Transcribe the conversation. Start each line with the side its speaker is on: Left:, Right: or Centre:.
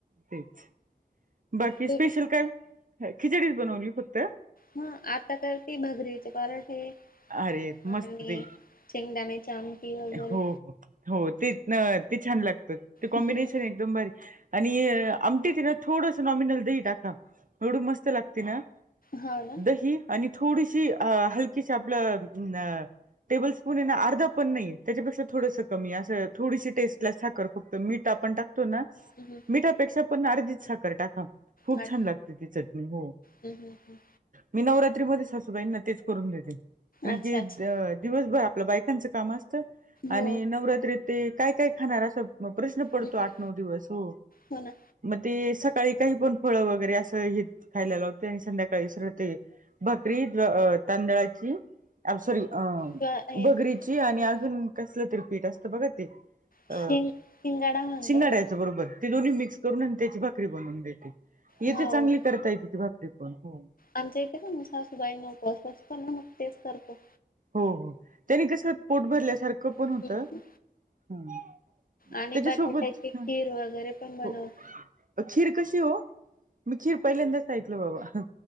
Right: तेच बाकी
Left: तू
Right: स्पेशल काय हे खिचडीच बनवली फक्त
Left: हा आता करती भगरीचे पराठे
Right: अरे मस्त
Left: आणि
Right: ते
Left: शेंगदाणेची आमटी वगैरे
Right: हो हो तेच न ते छान लागतं ते कॉम्बिनेशन
Left: हम्म,
Right: आहे. एकदम बारी आणि आमटीत हे ना थोडस नॉमिनल दही टाका. एवढं मस्त लागते ना
Left: हो ना
Right: दही आणि थोडीशी अ हलकीशी आपलं न टेबल स्पून ये ना अर्धा पण नाहीये त्याच्यापेक्षा थोडसं कमी असं थोडीशी टेस्टला साखर फक्त मीठ आपण टाकतो ना
Left: हम ह
Right: मिठापेक्षा पण अर्धीच साखर टाका खूप
Left: अ-
Right: छान लागते ती चटणी हो
Left: हम्म, हम्म, हम्म.
Right: मी नवरात्रीमध्ये सासूबाईंना तेच करून देते कारण
Left: अच्छा
Right: की
Left: अच्छा
Right: द दिवसभर आपल्या बायकांचं काम असतं आणि
Left: हो
Right: नवरात्रीत ते काय काय खाणार असं मग प्रश्न पडतो
Left: हम्म,
Right: आठ नऊ दिवस हो
Left: हो ना
Right: मग ते सकाळी काही पण फळ वगैरे असं हे खायला लावते आणि संध्याकाळी सरळ ते भाकरी तांदळाची सॉरी अ
Left: किंवा हे
Right: भगरीची आणि
Left: बघ,
Right: आण अजून कसलं तरी पीठ असतं बघा ते
Left: शिंग
Right: अ
Left: शिंगाडा म्हणत
Right: शिंगाड्याचं
Left: हो
Right: बरोबर ती दोन्ही मिक्स करून आणि त्याची भाकरी बनवून देते येथे
Left: हो.
Right: चांगली करता येते तिची भाकरी पण हो
Left: आमच्या इथे पण सासूबाईना उपवास असतो ना मग तेच करतो.
Right: हो हो त्यानी कस पोट भरल्यासारखं पण होत
Left: हम्म.
Right: हम्म
Left: आणि
Right: त्याच्यासोबत
Left: बटाट्याची खीर
Right: हा
Left: वगैरे पण बनवत
Right: हो खीर कशी हो मी खीर पहिल्यांदाच ऐकलो बाबा